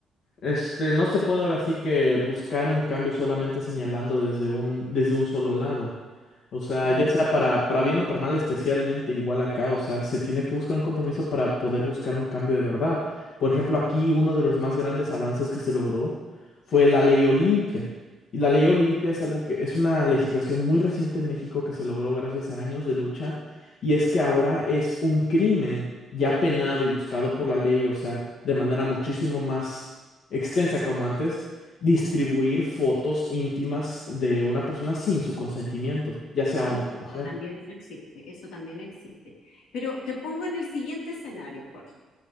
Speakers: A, on the left; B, on the left.
A: Este, no se puede ahora sí que buscar un cambio solamente señalando desde un, desde un solo lado. O sea,
B: No,
A: ya sea para, para bien o para mal, especialmente igual acá, o sea, se tiene que buscar un compromiso para poder buscar un cambio de verdad. Por ejemplo, aquí uno de los más grandes avances que se logró fue la Ley Olimpia. Y la Ley Olimpia es algo que es una legislación muy reciente en México que se logró gracias a años de lucha y es que ahora es un crimen ya penado y buscado por la ley, o sea, de manera muchísimo más extensa como antes, distribuir fotos íntimas de una persona sin su consentimiento, ya sea
B: obvio,
A: hombre
B: acá
A: o mujer.
B: también eso existe, eso también existe. Pero te pongo en el siguiente escenario, Jorge.